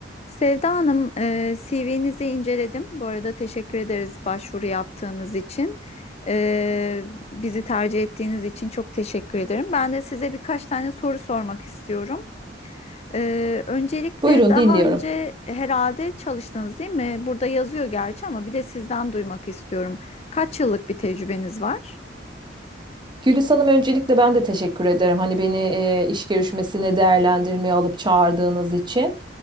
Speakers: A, on the left (about 35°); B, on the right (about 25°).
A: Sevda Hanım, e, CV'nizi inceledim. Bu arada teşekkür ederiz başvuru yaptığınız için. E, bizi tercih ettiğiniz için çok teşekkür ederim. Ben de size birkaç tane soru sormak istiyorum. E, öncelikle
B: Buyurun
A: daha
B: dinliyorum.
A: önce herhalde çalıştınız değil mi? Burada yazıyor gerçi ama bir de sizden duymak istiyorum. Kaç yıllık bir tecrübeniz var?
B: Gülis Hanım öncelikle ben de teşekkür ederim. Hani beni e, iş görüşmesine değerlendirmeye alıp çağırdığınız için.